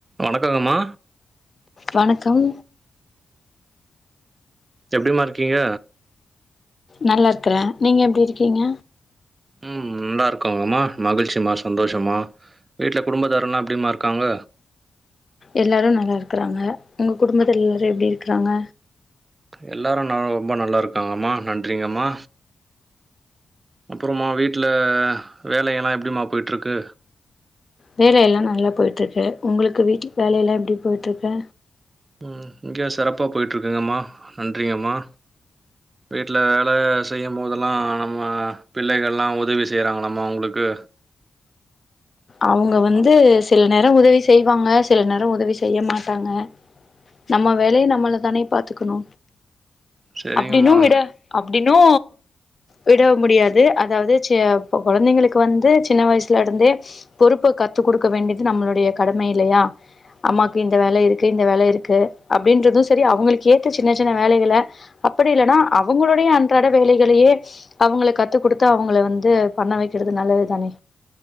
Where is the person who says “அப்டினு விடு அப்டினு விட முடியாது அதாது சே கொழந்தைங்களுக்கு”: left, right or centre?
Left